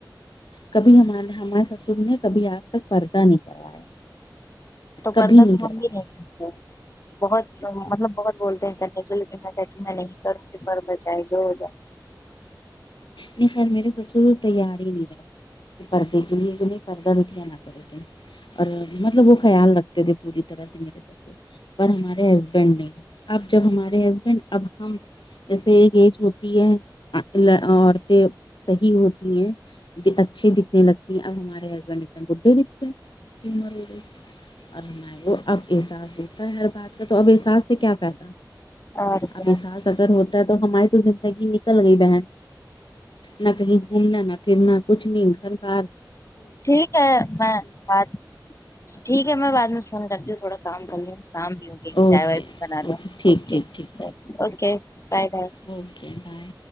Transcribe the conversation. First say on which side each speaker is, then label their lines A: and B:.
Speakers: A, on the left; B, on the left.
A: کبھی ہمارے ہمارے سسر نے کبھی آج تک پردہ نہیں کروایا
B: تو
A: کبھی
B: پردہ
A: نہیں
B: تو
A: کروایا
B: منگ ہی نہیں کرتے بہت مطلب بہت بولتے ہیں کرنے کو لیکن میں کہتی میں نہیں کروں گی پر بچائے جو ہو جائے
A: نہیں خیر میرے سسر تیار ہی نہیں رہے کہ پردے کے لیے کہ نہیں پردہ بٹھیا نہ کرے تھ اور مطلب وہ خیال رکھ تھے پوری طرح سے میرے پیسے پر ہمارے ہسبینڈ نے اب جب ہمارے ہسبینڈ اب ہم جیسے ایک ایج ہوتی ہے اور صحیح ہوتی ہے اچھی دکھنے لگتی ہیں اب ہمارے ہسبینڈ دکھتے ہیں بڈھے دکھتے ہے اور ہم وہ اب احساس ہوتا ہے ہر بات کا تو اب احساس سے کیا فائدہ
B: اور کیا
A: اب احساس اگر ہوتا ہے تو ہماری تو زندگی نکل گئی بہن نہ کہیں گھومنا نہ پھرنا کچھ نہیں گھر بر
B: ٹھیک ہے میں بات ٹھیک ہے میں بعد میں فون کرتی ہوں تھوڑا کام کر لےشام گ
A: اوکے
B: چائے وائے بنا لو
A: ٹھیک
B: اوکے
A: ٹھیک ٹھیک
B: بائے
A: ٹھیک
B: okay bye bye
A: okay bye